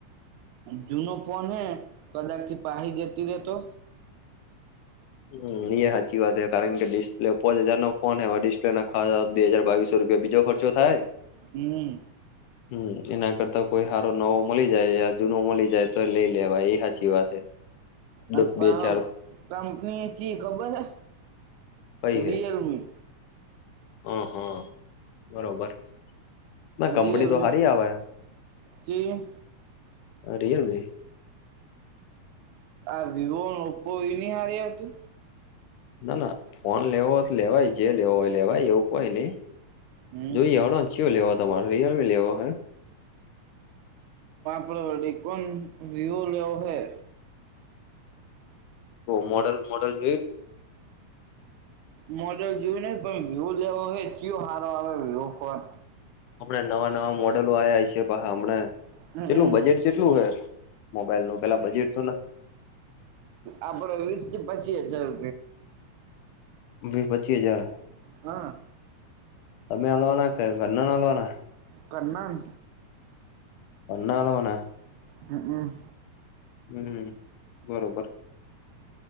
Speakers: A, on the right; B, on the left.
A: જૂનો ફોન હે કદાચ થી પાહી જેતી રેતો.
B: હમ એ સાચી વાત હ કારણ કે ડિસ્પ્લે પોંચ હજાર નો ફોન હવે ડિસ્પ્લે ના બે હજાર બાવીસો રૂપિયા બીજો ખર્ચ. જો થાય.
A: હમમ
B: હમ એના કરતા કોઈ સારો નવો મળી જાય યા જૂનો મળી જાય તો લઇ લેવાય એ હાચી વાત- હે
A: અને પ
B: બે ચાર
A: કંપની ચ ખબર હ
B: કઈ
A: રયલમી.
B: હે હ હા. બરોબર ના કંપની
A: રિયલમી
B: તો સારી આવે.
A: ચી
B: રયલમી.
A: હજ હ કોઈ ન આ ર અજુ?
B: ના ના ફોન લેવો હોય તો લેવાય જે લેવો હોય લેવાય એવું કોઈ નઈ
A: હમ
B: જોઈએ હળો લેવો તમારે રયલમી લેવો હે?
A: પડી કોન વિવો લેવો હૈ.
B: મોડલ મોડલ જે
A: મોડલ જોયું નહિ પણ વ્યુ લેવો હોય કયો સારો આવે વ્ય ફોન
B: અમણે નવા નવા મોડલો આવ્યા છ છેએ પા હમં
A: હમ
B: કેટલું બજેટ જેટલું હ મોબાઈલ નું પેલા બજેટ તો
A: અ આપડ વિસ થી પચી હજાર
B: વીસ પચી હજાર
A: હા
B: તમે હાલવાના કે ઘરન હાલવાના
A: ઘરનો ન.
B: ઘરના આલવા
A: હમ હમ
B: હમ બરોબર